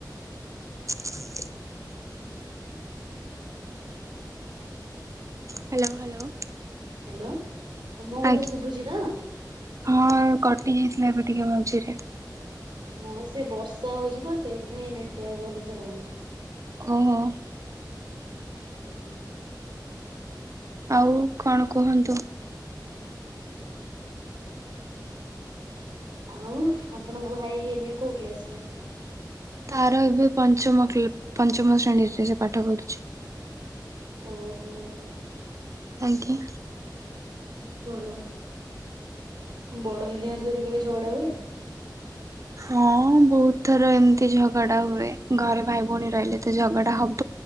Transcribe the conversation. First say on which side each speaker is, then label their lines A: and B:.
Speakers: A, on the right; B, on the right.
A: <inaudible> Hello hello.
B: Hello, ହଁ ମୋ କଥାେ
A: ଆଜ୍ଞା
B: ଶୁଭୁଛି ତ?
A: ହଁ କଟି ଯାଇଥିଲା ଏବେ ଟିକେ ମଝିରେ।
B: ହଁ ସେ ବର୍ଷା ହଉଛି ତ ସେଇଥିପାଇଁ ନେଟୱାର୍କ ଭଲସେ ରହୁନି।
A: ଓହୋ।
B: <unintelligible>
A: ଆଉ କଣ କୁହନ୍ତୁ?
B: ଆଉ ଆପଣଙ୍କ ଭାଇ ଏବେ କୋଉ କ୍ଲାସରେ?
A: ତାର ଏବେ ପଞ୍ଚମ କ୍ଲେ ପଞ୍ଚମ ଶ୍ରେଣୀରେ ସେ ପାଠ ପଢୁଛି।
B: ଓହୋ ହୋ।
A: ଆଜ୍ଞ।
B: ଭଲ ବଡ ଦିଦିଙ୍କ ସହିତ କେବେ ଝଗଡା ହୁଏ?
A: ହଁ ବହୁତ ଥର ଏମିତି ଝଗଡା ହୁଏ, ଘରେ ଭାଇ ଭଉଣୀ ରହିଲେ ତ ଝଗଡା ହବ।